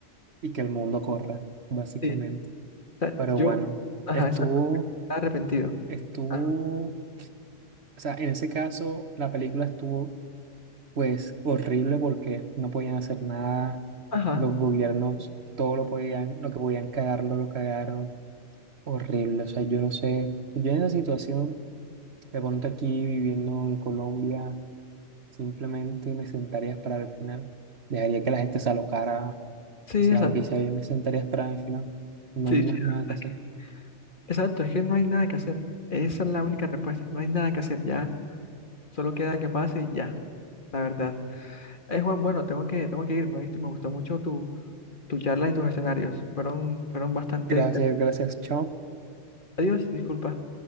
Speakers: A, on the right; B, on the left.
A: y que el mundo corra, básicamente.
B: sí. O sea,
A: Pero
B: yo,
A: bueno,
B: ajá,
A: estuvo,
B: exacto, arrepentido.
A: estuvo,
B: Ajá,
A: o sea, en ese caso la película estuvo pues horrible porque no podían hacer nada,
B: ajá,
A: los gobiernos todo lo podían, lo que podían cagarlo, lo cagaron, horrible, o sea, yo no sé, yo en esa situación, de pronto aquí viviendo en Colombia Simplemente me sentaría a esperar el final. Dejaría que la gente se alocara,
B: sí,
A: hiciera
B: exacto.
A: lo que hiciera, yo me sentaría a esperar el final. No
B: Sí,
A: hay más
B: sí, la
A: nada que
B: verdad
A: hacer.
B: es que- exacto, es que no hay nada que hacer. Esa es la única respuesta, no hay nada que hacer, ya. Solo queda que pase y ya. la verdad. Eh, Juan, bueno, tengo que, tengo que irme, ¿viste? Me gustó mucho tu, tu charla y tus escenarios. Fueron, fueron bastante
A: Gracias,
B: interesantes.
A: gracias, chao.
B: Adiós, disculpa.